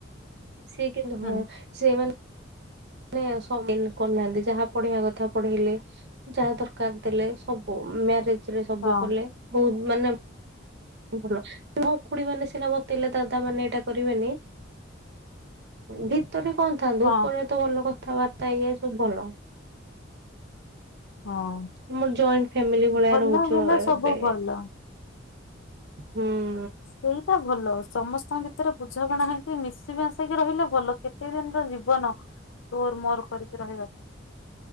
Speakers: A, on the right; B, on the left.
A: ସିଏ କିନ୍ତୁ ହଁ
B: ହୁଁ
A: ସେଇ ମାନେ ମାନେ ସ <unintelligible> କରୁନାହାନ୍ତି ଯାହା ପଢିବା କଥା ପଢେଇଲେ। ଯାହା ଦରକାର ଦେଲେ। ସବୁ, ମ୍ୟାରେଜ ରେ ସବୁ
B: ହଁ
A: କଲେ। ବହୁତ ମାନେ ଭଲ। ମୋ ଖୁଡି ମାନେ ସିନା ବତେଇଲେ ଦାଦା ମାନେ ଏଟା କରିବେନି। ଭିତରେ କଣ ଥାନ୍ତୁ
B: ହଁ
A: ଉପରେ ତ ଭଲ କଥାବାର୍ତ୍ତା ଇଏ ସବୁ ଭଲ।
B: ହଁ
A: ଆମର ଜଏଣ୍ଟ ଫ୍ୟାମିଲି ଭଳିଆ
B: ଭଲ
A: ରହୁଚୁ
B: ଭଲ
A: ଏବେ।
B: ସବୁ ଭଲ।
A: ହୁଁ।
B: ସେଇଟା ଭଲ। ସମସ୍ତଙ୍କ ଭିତରେ ବୁଝାବଣା ହେଇକି ମିଶି ମାଶିକି ରହିଲେ ଭଲ। କେ <unintelligible> ଜୀବନ ତୋର ମୋର କରିକି ରହିବା।